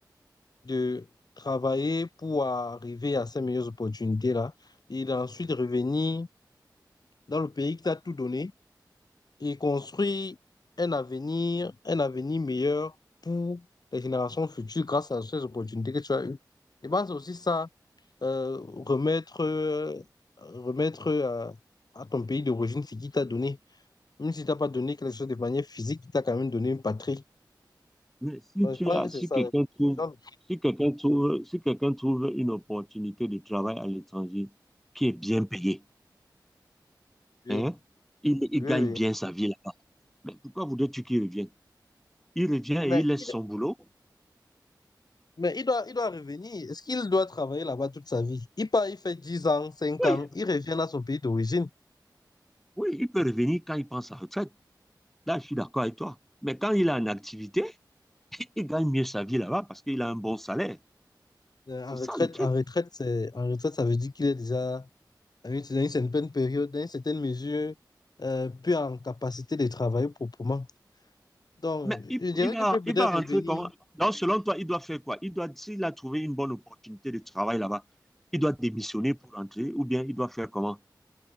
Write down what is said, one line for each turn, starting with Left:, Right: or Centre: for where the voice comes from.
Left: de travailler pour arriver à ces meilleures opportunités-là et d'ensuite revenir dans le pays qui t'a tout donné et construire un avenir, un avenir meilleur pour les générations futures grâce à ces opportunités que tu as eues. Je pense aussi ça euh, remettre, euh, remettre euh, à, à ton pays d'origine ce qu'il t'a donné. Même si t'as pas donné quelque chose de manière physique, il t'a quand même donné une patrie.
Centre: Mais si
Left: Donc,
Centre: tu
Left: je pense
Centre: as,
Left: que c'est
Centre: si
Left: ça.
Centre: quelqu'un
Left: les
Centre: trouve,
Left: gens-
Centre: si quelqu'un trouve, si quelqu'un trouve une opportunité de travail à l'étranger qui est bien payée,
Left: Oui,
Centre: hein, il, il
Left: oui,
Centre: gagne
Left: oui.
Centre: bien sa vie là-bas. Mais pourquoi voudrais-tu qu'il revienne? Il revient et
Left: Mais
Centre: il laisse
Left: il
Centre: son
Left: doit,
Centre: boulot.
Left: mais il doit, il doit revenir. Est-ce qu'il doit travailler là-bas toute sa vie? Il part, il fait 10 ans, cinq
Centre: Oui,
Left: ans, il revient à son pays d'origine.
Centre: oui, il peut revenir quand il prend sa retraite. Là, je suis d'accord avec toi. Mais quand il a une activité, <laughs> il gagne mieux sa vie là-bas parce qu'il a un bon salaire.
Left: Euh,
Centre: C'est
Left: en retraite,
Centre: ça le truc.
Left: en retraite, c'est, en retraite, ça veut dire qu'il est déjà à une- dans une certaine période, dans une certaine mesure, euh, plus en capacité de travailler proprement. Donc,
Centre: Mais il,
Left: je dirais
Centre: il va,
Left: qu'il peut peut-être
Centre: il va rentrer
Left: revenir.
Centre: comment? Donc, selon toi, il doit faire quoi? Il doit, s'il a trouvé une bonne opportunité de travail là-bas, il doit démissionner pour rentrer ou bien il doit faire comment?